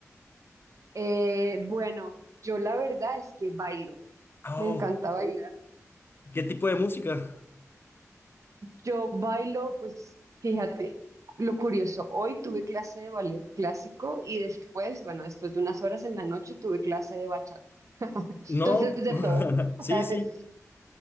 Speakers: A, on the right (about 65°); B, on the left (about 40°).
A: Eh, bueno, yo la verdad es que bailo.
B: Oh,
A: Me encanta bailar.
B: ¿qué tipo de música?
A: Yo bailo, pues fíjate, lo curioso, hoy tuve clase de ballet clásico y después, bueno, después de unas horas en la noche tuve clase de bachata. <laughs>
B: No,
A: Entonces, de
B: <laughs>
A: todo.
B: sí,
A: <laughs>
B: sí.